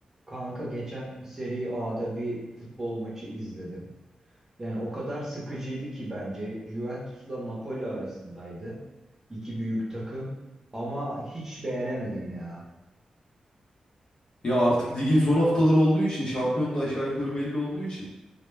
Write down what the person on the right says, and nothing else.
Kanka geçen Serie A'da bir futbol maçı izledim. Yani o kadar sıkıcıydı ki bence. Juventus'la Napoli arasındaydı. İki büyük takım. Ama hiç beğenemedim ya.